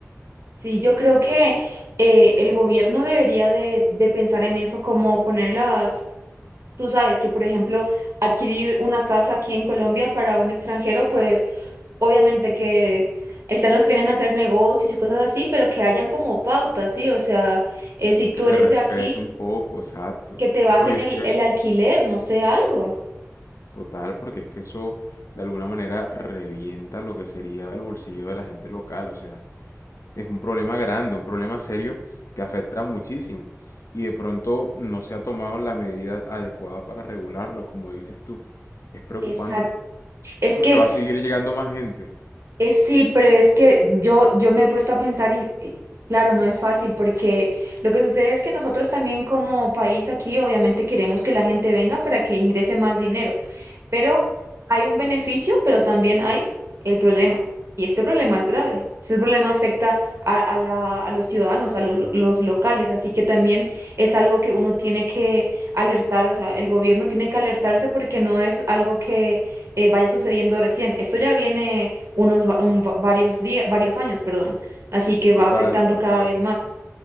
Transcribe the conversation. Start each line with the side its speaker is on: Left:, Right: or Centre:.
Right: Sí, yo creo que eh, el gobierno debería de, de pensar en eso, como poner las, tú sabes que, por ejemplo, adquirir una casa aquí en Colombia para un extranjero, pues obviamente que están los que vienen a hacer negocios y cosas así, pero que hayan como pautas, ¿sí? O sea, eh, si tú
Left: Que se
Right: eres
Left: respete
Right: de aquí,
Left: un poco, exacto.
Right: que te bajen
Left: Porque es
Right: el,
Left: que,
Right: el alquiler, no sé, algo.
Left: total, porque es que eso de alguna manera revienta lo que sería el bolsillo de la gente local. O sea, es un problema grande, un problema serio que afecta muchísimo. Y de pronto no se ha tomado la medida adecuada para regularlo, como dices tú. Es preocupante,
Right: Exacto. Es
Left: porque
Right: que
Left: va a seguir llegando más gente.
Right: Eh, sí, pero es que yo, yo me he puesto a pensar y, y claro, no es fácil porque lo que sucede es que nosotros también como país aquí obviamente queremos que la gente venga para que ingrese más dinero, pero hay un beneficio, pero también hay el problema y este problema es grave. Este problema afecta a, a la- a los ciudadanos, a lo- los locales, así que también es algo que uno tiene que alertar, o sea, el gobierno tiene que alertarse porque no es algo que eh, vaya sucediendo recién. Esto ya viene unos va- un va- varios días, varios años, perdón. Así que va
Left: Total,
Right: afectando
Left: total.
Right: cada vez más.